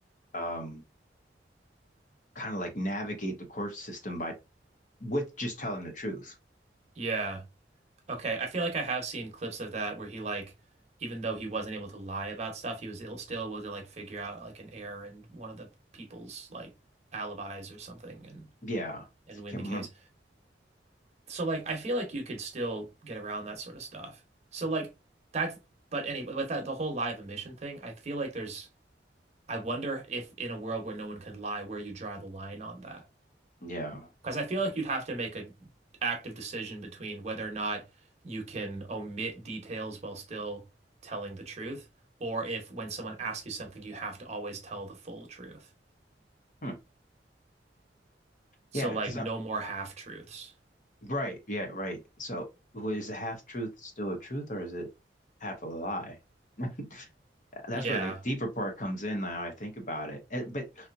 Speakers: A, on the left (about 45°); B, on the right (about 40°).
A: um, kind of like navigate the court system by with just telling the truth.
B: Yeah. Okay. I feel like I have seen clips of that where he like, even though he wasn't able to lie about stuff, he was ill, still able to like figure out like an error in one of the people's like alibis or something and
A: Yeah,
B: and win
A: can't
B: the case.
A: remember.
B: So like, I feel like you could still get around that sort of stuff. So like that's but anyway, with that the whole live emission thing, I feel like there's I wonder if in a world where no one can lie, where you draw the line on that.
A: Yeah,
B: Because I feel like
A: Okay.
B: you'd have to make an active decision between whether or not you can omit details while still telling the truth, or if when someone asks you something, you have to always tell the full truth.
A: Hmm.
B: So,
A: yeah,
B: like,
A: because
B: no more half truths.
A: Right. Yeah. Right. So, w- is a half truth still a truth or is it half a lie? <laughs> That's
B: Yeah.
A: where the deeper part comes in now I think about it. And, but